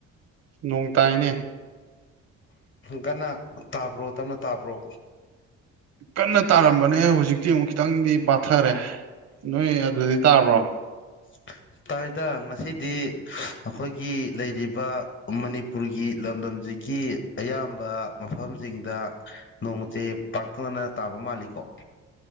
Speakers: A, on the right; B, on the left.
A: ꯅꯣꯡ ꯇꯥꯏꯅꯦ
B: ꯒꯟꯅ ꯇꯥꯕ꯭ꯔꯣ ꯇꯞꯅ ꯇꯥꯕ꯭ꯔꯣ
A: ꯀꯟꯅ ꯇꯥꯔꯝꯕꯅꯦ ꯍꯧꯖꯤꯛꯇꯤ ꯑꯃꯨꯛ ꯈꯤꯇꯪꯗꯤ ꯄꯥꯊꯔꯦ ꯅꯣꯏ ꯑꯗꯨꯗꯗꯤ ꯇꯥꯕ꯭ꯔꯣ
B: <inaudible> ꯇꯥꯏ ꯇ ꯉꯁꯤꯗꯤ ꯑꯈꯣꯏꯒꯤ ꯂꯩꯔꯤꯕ ꯃꯅꯤꯄꯨꯔꯒꯤ ꯂꯝꯗꯝꯖꯤ ꯒꯤ ꯑꯌꯥꯝꯕ ꯃꯐꯝꯁꯤꯡꯗ ꯅꯣꯡꯁꯦ ꯄꯥꯛꯇꯛꯅꯅ ꯇꯥꯕ ꯃꯥꯜꯂꯤꯀꯣ <inaudible>